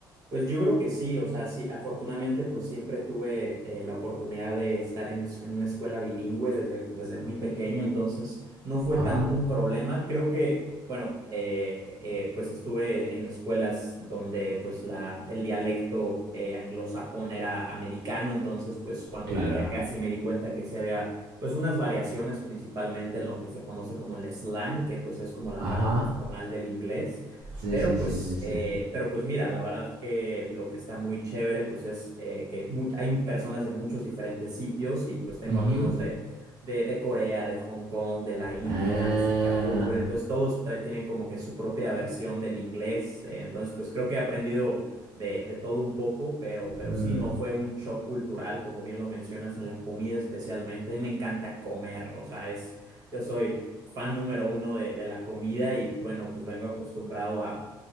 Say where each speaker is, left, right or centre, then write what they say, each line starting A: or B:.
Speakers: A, on the right; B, on the right.
A: Pues yo creo que sí, o sea, sí, afortunadamente pues siempre tuve eh, la oportunidad de estar en, es- en una escuela bilingüe desde, desde muy pequeño, entonces no fue
B: Ajá,
A: tanto un problema. Creo que, bueno, eh, eh, pues estuve en escuelas donde pues la, el dialecto eh, anglosajón era americano, entonces pues cuando
B: claro.
A: llegué acá sí me di cuenta que se había pues unas variaciones principalmente en lo que se conoce como el slang, que pues es como la
B: Ajá.
A: parte informal del inglés.
B: Sí,
A: Pero
B: sí,
A: pues,
B: sí, sí, sí.
A: eh, pero pues mira, la verdad que lo que está muy chévere pues es eh, que mu- hay personas de muchos diferentes sitios y pues tengo
B: Ujú.
A: amigos de, de, de Corea, de Hong Kong, de la India,
B: Ah,
A: de Singapur, entonces todos tra- tienen como que su propia versión del inglés, eh, entonces pues creo que he aprendido de, de todo un poco, pero, pero
B: Eh,
A: sí, no, fue un shock cultural, como bien lo mencionas, en la comida especialmente, a mí me encanta comer, o sea, es... Yo soy, fan número uno de, de la comida y bueno, pues vengo acostumbrado a